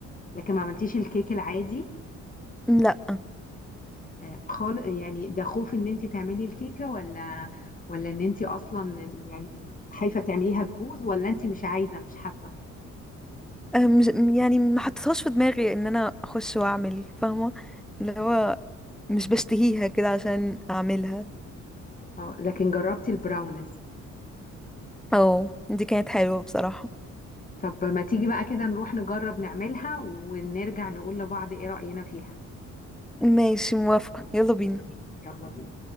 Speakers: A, on the left; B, in the centre.
A: لكن ما عملتيش الكيك العادي
B: لا
A: آه، خالص يعني ده خوف ان انتي تعملي الكيكة ولا ولا ان انتي اصلا يعني خايفة تعمليها تبوظ ولا انتي مش عايزة مش حابة
B: أم... مش- يعني ما حطيتهاش في دماغي إن أنا أخش وأعمل فاهمة اللي هو مش بشتهيها كده عشان أعملها
A: اه لكن جربتي البراونيز
B: أو دي كانت حلوة بصراحة
A: طب ما تيجي بقى كده نروح نجرب نعملها ونرجع نقول لبعض ايه رأينا فيها
B: ماشي موافقة يلا بينا
A: يلا بينا